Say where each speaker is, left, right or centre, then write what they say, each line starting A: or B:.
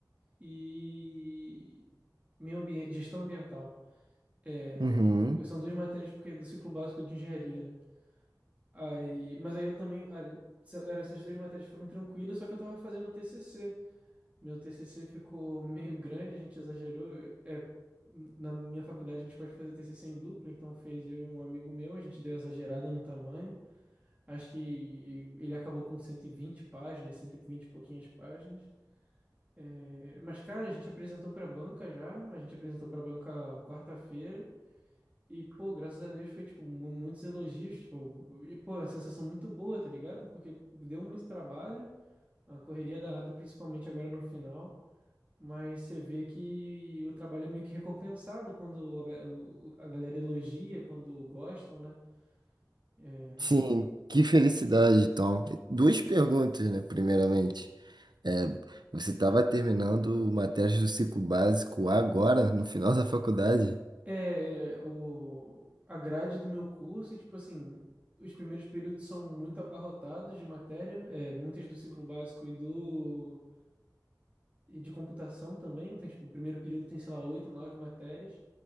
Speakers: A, on the right; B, on the right.
A: e meio ambiente, gestão ambiental. É,
B: Uhum.
A: são duas matérias porque é do ciclo básico de engenharia, né? Aí, mas aí eu também, ah, se- era- essas duas matérias foram tranquilas, só que eu tava fazendo TCC. Meu TCC ficou <laughs> meio grande, a gente exagerou. É, na minha faculdade a gente pode fazer TCC em dupla, então fez eu e um amigo meu, a gente deu exagerada no tamanho. Acho que ele acabou com 120 páginas, 120 e vinte e pouquinhas páginas. É, mas, cara, a gente apresentou pra banca já, a gente apresentou pra banca quarta-feira, e, pô, graças a Deus foi, tipo, mu- muitos elogios, tipo, e, pô, é uma sensação muito boa, tá ligado? Porque deu muito trabalho, a correria danada, principalmente agora no final, mas você vê que o trabalho é meio que recompensado quando a, ga- o- a galera elogia, quando gostam, né? É,
B: Sim, que felicidade, então. Duas perguntas, né? Primeiramente, é, você estava terminando matérias do ciclo básico agora, no final da faculdade?
A: É, é, o, a grade do meu curso, é, tipo assim, os primeiros períodos são muito abarrotados de matéria, é, muitas do ciclo básico e do e de computação também. Então, tipo, o primeiro período tem, sei lá, oito, nove matérias.